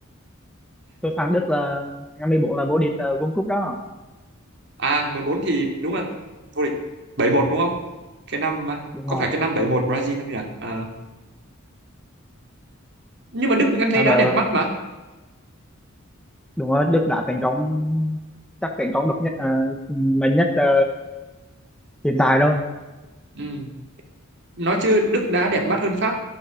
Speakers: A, in the centre; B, on the right (about 55°).
A: tôi phán Đức là ngày 14 là vô địch uh, World Cup đó
B: à 14 thì đúng là vô địch 71 đúng không cái năm mà-
A: đúng
B: có
A: rồi
B: phải cái năm 71 Brazil không nhỉ Ờ. nhưng mà Đức em thấy
A: làm
B: đá
A: là
B: đẹp mắt mà
A: đúng rồi Đức đã thành công chắc thành công độc nhất ờ, mạnh nhất ờ, hiện tại thôi
B: ừ. nói chứ Đức đá đẹp mắt hơn Pháp